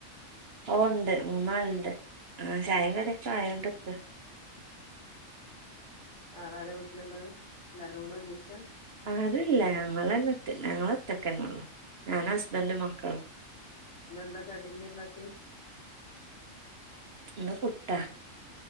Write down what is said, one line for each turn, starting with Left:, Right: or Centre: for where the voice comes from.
Right: ഓ ഉണ്ട് മൂന്നാള്ണ്ട് ആ ചായേം കടിയൊക്കെ ആയൊണ്ട്ക്ക്ണ്
Left: വേറാരാ വീട്ടില്ള്ളെ എല്ലാരൂടെ ഒരുമിച്ച
Right: അതില്ലാ ഞങ്ങളെന്നെ ഒറ്റ ഞങ്ങളൊറ്റക്കെന്നൊള്ളു ഞാന് ഹസ്ബൻണ്ട് മക്കളും
Left: ന്നന്താ കടി ന്തേണ്ടാക്ക്യേ <inaudible>
Right: ഇന്ന് പുട്ട